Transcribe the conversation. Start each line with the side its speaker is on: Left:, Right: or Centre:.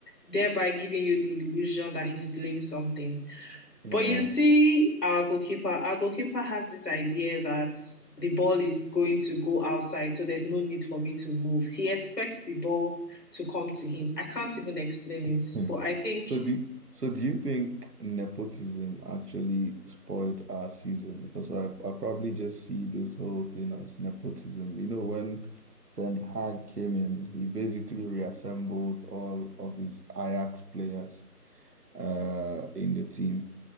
Left: thereby giving you the illusion that he's doing something.
Right: Yeah.
Left: But you see, our goalkeeper, our goalkeeper has this idea that the ball is going to go outside, so there's no need for me to move. He expects the ball to come to him. I can't even explain it,
Right: <laughs>
Left: but I think
Right: So do so do you think nepotism actually spoiled our season? Because I, I probably just see this whole thing as nepotism. You know, when Ten Hag came in, he basically reassembled all of his Ajax players uh in the team.